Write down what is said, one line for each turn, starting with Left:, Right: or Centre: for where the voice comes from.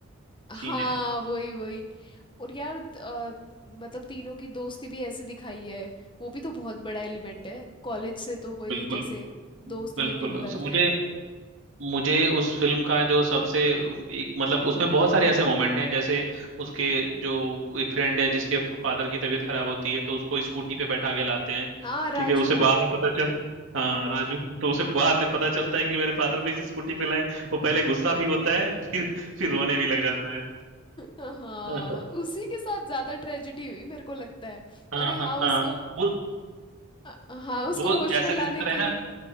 Left: हाँ
Right: सीन है
Left: वही वही और यार अ, मतलब तीनों की दोस्ती भी ऐसे दिखाई है वो भी तो बहुत बड़ा एलिमेंट है कॉलेज से तो वही
Right: बिल्कुल
Left: जैसे दोस्त
Right: बिल्कुल
Left: लेके निकलते
Right: उस- मुझे
Left: हैं
Right: मुझे उस फिल्म का जो सबसे एक मतलब उसमें बहुत सारे ऐसे मोमेंट हैं जैसे उसके जो एक फ्रेंड है जिसके फादर की तबीयत खराब होती है तो उसको स्कूटी पे बैठा के लाते हैं
Left: हाँ राजू
Right: ठीक है उसे बाद में पता चल हाँ राजू तो उसे बाद में पता चलता है कि मेरे फादर को इस स्कूटी पे लाए वो पहले गुस्सा भी होता है फिर फिर रोने भी लग जाता है
Left: हाँ
Right: <laughs> हाँ हाँ
Left: उसी के साथ ज्यादा ट्रेजेडी हुई मेरे को लगता है
Right: हाँ
Left: अरे हाँ
Right: हाँ हाँ,
Left: उसको
Right: वो
Left: हाँ उसको
Right: वो
Left: होश में
Right: ऐसा
Left: लाने
Right: कैरेक्टर
Left: के
Right: है ना
Left: लिए